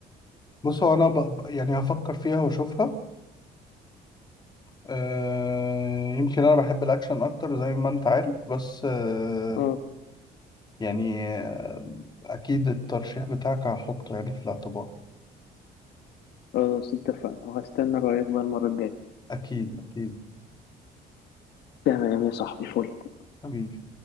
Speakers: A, on the left; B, on the left.
A: بص هو انا ب... ب- يعني هفكر فيها واشوفها آه، يمكن انا بحب الاكشن اكتر زي ما انت عارف بس آه،
B: اه
A: يعني آه، اكيد الترشيح بتاعك هحطه يعني في الاعتبار
B: خلاص اتفقنا وهستنى رأيك بقى المرة الجاية
A: اكيد اكيد
B: تمام يا صاحبي فل
A: حبيبي